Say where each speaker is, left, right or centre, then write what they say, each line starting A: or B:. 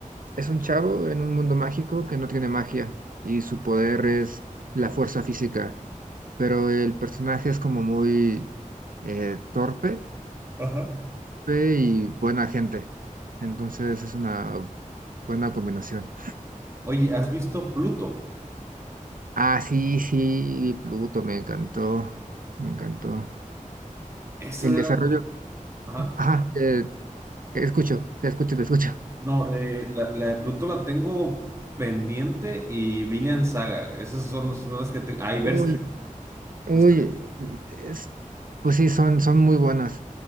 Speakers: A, on the right; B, on the right.
A: es un chavo en un mundo mágico que no tiene magia y su poder es la fuerza física, pero el personaje es como muy eh, torpe
B: Ajá.
A: pe- y buena gente. Entonces es una buena combinación.
B: Oye, ¿has visto Pluto?
A: Ah, sí, sí, vi Pluto, me encantó, me encantó.
B: Esa
A: El
B: de
A: desarrollo,
B: la... Ajá.
A: ajá, te te escucho, te escucho, te escucho.
B: No, eh, la, la de Pluto la tengo pendiente y Villian Saga, esas son, los- son las que... Te... Ah, y Berserk.
A: Uy, Uy,
B: los
A: es- pues sí, son, son muy buenas.